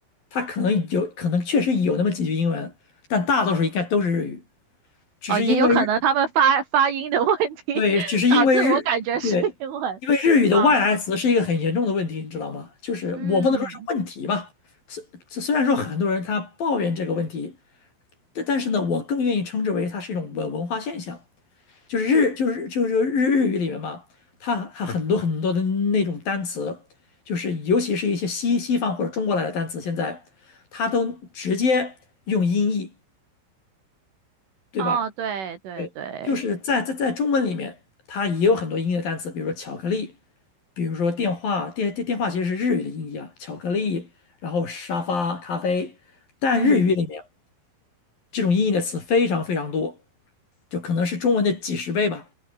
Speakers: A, on the left; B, on the right.
A: 它可能有可能确实有那么几句英文，但大多数应该都是日语，只是因为日
B: 哦，也有可能他们发发音的问题，
A: 对，
B: <laughs>
A: 只是因为日，
B: 导致我感觉是英文。
A: 对，因为日语的外来词是一个很严重的问题，
B: 啊，
A: 你知道吗？就是我不能说是问题吧，
B: 嗯，
A: 虽虽虽然说很多人他抱怨这个问题，但但是呢，我更愿意称之为它是一种文文化现象，就是日就是就是日日语里面嘛，它它很多很多的那种单词，就是尤其是一些西西方或者中国来的单词，现在它都直接用音译，对吧？
B: 哦，对对对，
A: 对，就是在在在中文里面，它也有很多音译的单词，比如说巧克力。比如说电话，电电电话其实是日语的音译啊，巧克力，然后沙发、咖啡，但日语里面
B: 嗯，
A: 这种音译的词非常非常多，就可能是中文的几十倍吧，